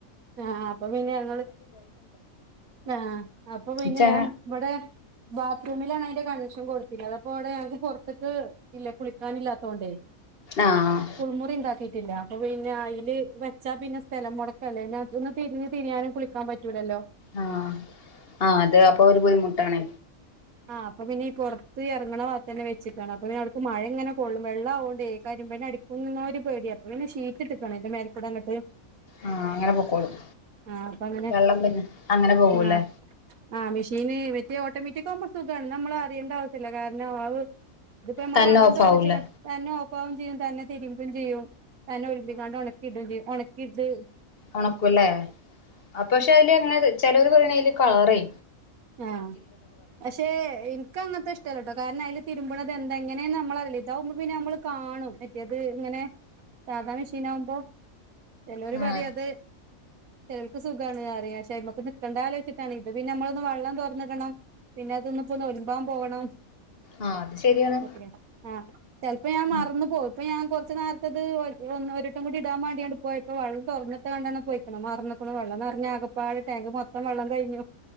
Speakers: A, on the right; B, on the left.
A: ആഹ് അപ്പ പിന്നെ ഞങ്ങള് ആഹ് അപ്പ പിന്നെ
B: ച്ചാ
A: ഞാൻ ഇവടെ ബാത്റൂമിലാണ് അയിന്റെ കണക്ഷൻ കൊടുത്തിന്യേ അപ്പോ ഔടെ ഞങ്ങക്ക് പൊറത്ത്ക്ക് ഇല്ല കുളിക്കാനില്ലാത്തോണ്ട്
B: ആഹ്
A: കുളിമുറി ഇണ്ടാക്കിട്ടില്ല അപ്പൊ പിന്നെ അയ്ല് വെച്ച് വെച്ചാ പിന്നെ സ്ഥലം മെടക്കല്ലേന്നെ ഇതെന്ന് തിരിഞ്ഞ് തിരിയാനും കുളിക്കാൻ പറ്റൂലല്ലോ
B: ആ ആഹ അത് അപ്പൊ ഒരു ബുദ്ധിമുട്ടാണ്
A: ആ അപ്പൊ പിന്നെ ഈ പെറത്ത് എറങ്ങണ ബാതന്നെ വെച്ച്ക്കാണ് അപ്പ പിന്നെ <unintelligible> മഴ ഇങ്ങനെ കൊള്ളും വെള്ള ആവോണ്ട് കരിമ്പന അടി കുന്നുന്നോര് പോടിയ അപ്പ പിന്നെ ഷീറ്റ്ട്ടക്കാണ് അയിന്റെ മേൽ കൂടെ അങ്ങട്ട്
B: ആഹ് അങ്ങനെ പൊക്കോളും
A: ആ അപ്പ അങ്ങനെ
B: വെള്ളം പിന്നെ അങ്ങനെ പോകൂല്ലേ
A: ആ <unintelligible> ആഹ് മിഷീന് മറ്റോ ഓട്ടോമാറ്റിക്കാകുമ്പോ സുഖാണ് നമ്മള് അറ്യേണ്ട ആവശ്യല്ല കാരണം അവ് ഇതിപ്പം നമ്മള്
B: തന്നെ
A: വെള്ളം
B: ഓഫ്
A: തൊറന്നച്ചാണ്ട്
B: ആവൂല്ലേ
A: തന്നെ ഓഫാവും ചെയ്യും തന്നെ തിരുമ്പും ചെയ്യും തന്നെ ഒലുമ്പിക്കാണ്ട് ഒണ ക്കിട്ടും ചെയ്യും ഒണക്കിട്
B: ഒണക്കൂല്ലേ ആ പക്ഷേ അയില് അങ്ങനെ ചെലോര് പറയണ് അയില് കളറെ
A: ആഹ് പഷേ എ ക്കങ്ങത്തെ ഇഷ്ടല്ലട്ടോ കാരണം അയില് തിരുമ്പണത് എന്തെങ്ങനെ നമ്മള് അറിലാ ഇതാവുമ്പോ പിന്നെ നമ്മൾ കാണും മറ്റേത് ഇങ്ങനെ സാധാ മെഷീൻ ആവുമ്പോ ചെലോര്
B: ആഹ്
A: പറയും അത് ചെലോൾക്ക് സുഖാണ് അറിയച്ചാ മ്മക്ക് നിക്കണ്ട ആലോച്ചിട്ടാണ് ഇപ്പപിന്നെ നമ്മളൊന്ന് വെള്ളം തൊറന്നിക്കണം പിന്നെ അതൊന്ന് പ്പോന്ന് ഒരുമ്പാൻ പോവണം
B: ആഹ് അത് ശരിയാണ്
A: <unintelligible> ആഹ് ചെലപ്പോ ഞാൻ
B: ഉം
A: മറന്ന് പോകും ഇപ്പോ ഞാൻ കൊറച്ച് നേരത്തത് ഒ ഒരുവട്ടം കൂടി ഇടാൻ വാണ്ടിഅണ്ട് പോയപ്പോ വെള്ളോം തൊറന്നിട്ടകാണ്ടാണ് പോയിക്കണു മറന്ന്ക്ക്ണ് വള്ളം നെറഞ്ഞ് ആകപ്പാടെ ടാങ്ക് മൊത്തം വള്ളം കഴിഞ്ഞു.